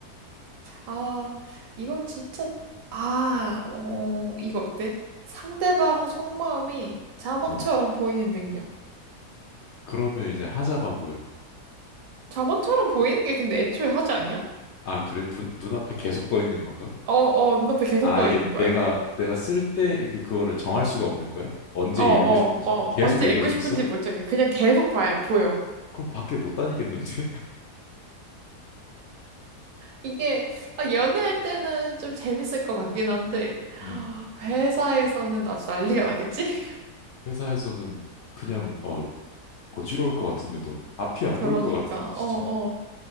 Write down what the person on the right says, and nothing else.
아, 이거 진짜, 아, 어, 이거 어때? 상대방 속마음이 자막처럼
보이는 능력.
자막처럼 보이는 게 근데 애초에 하지 아니야?
어, 어, 눈앞에 계속
떠
있는 거야.
어,
어,
어,
언제
읽고
싶은지
못 정해. 그냥 계속 봐야, 보여.
이게, 아, 연애할 때는 좀 재밌을 것 같긴 한데,
아, 회사에서는 아주 난리가 나겠지? <laughs>
그러니까,
어, 어.